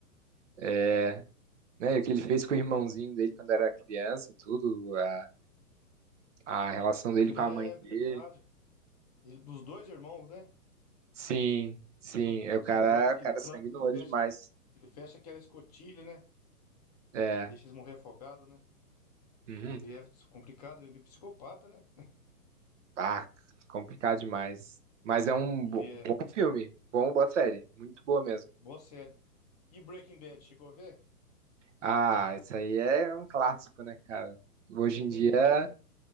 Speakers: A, on the right; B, on the left.
A: É, né? O que ele fez com o irmãozinho dele quando era criança, tudo. A, a relação dele com
B: É
A: a mãe
B: verdade.
A: dele.
B: Ele- dos dois irmãos, né?
A: Sim, sim.
B: São,
A: É o cara,
B: são dois
A: o
B: que
A: cara
B: ele tranca,
A: é sangue no
B: ele
A: olho
B: fecha,
A: demais.
B: ele fecha aquela escotilha, né?
A: É.
B: E deixa eles morrer afogados, né?
A: Uhum.
B: Ele é complicado, ele é meio psicopata, né?
A: Ah, complicado demais. Mas é um
B: Ele
A: bo-
B: é
A: bom filme, bom, boa série, muito boa mesmo.
B: boa série. E Breaking Bad, chegou a ver?
A: Ah, isso aí é um clássico, né, cara? Hoje
B: É relíquia,
A: em dia,
B: né?